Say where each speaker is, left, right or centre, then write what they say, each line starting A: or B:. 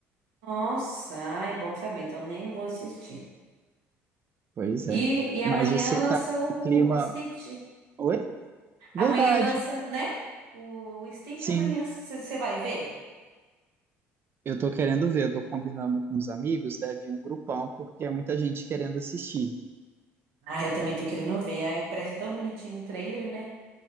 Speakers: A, on the right (about 80°); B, on the right (about 40°).
A: Nossa, ai, é bom saber, então nem vou assistir.
B: Pois
A: E,
B: é.
A: e
B: Mas
A: amanhã
B: você
A: lança
B: tá
A: o
B: no clima.
A: Stitch.
B: Oi? Verdade.
A: Amanhã lança, né? O Stitch
B: Sim,
A: amanhã você vai ver?
B: eu tô querendo ver, eu tô combinando com os amigos, deve ir um grupão, porque é muita gente querendo assistir.
A: Ah, eu também tô querendo ver. Ai, parece tão bonitinho o trailer, né?